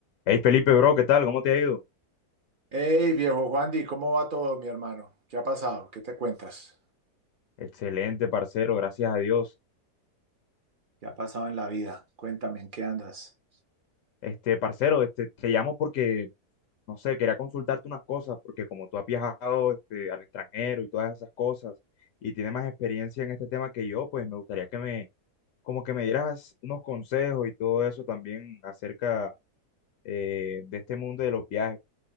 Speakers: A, on the left; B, on the right.
A: Hey Felipe, bro, ¿qué tal? ¿Cómo te ha ido?
B: Hey, viejo Juandi, ¿cómo va todo, mi hermano? ¿Qué ha pasado? ¿Qué te cuentas?
A: Excelente, parcero, gracias a Dios.
B: ¿Qué ha pasado en la vida? Cuéntame, ¿en qué andas?
A: Este, parcero, este, te llamo porque, no sé, quería consultarte unas cosas, porque como tú has viajado, este, al extranjero y todas esas cosas, y tienes más experiencia en este tema que yo, pues me gustaría que me, como que me dieras unos consejos y todo eso también acerca eh, de este mundo de los viajes.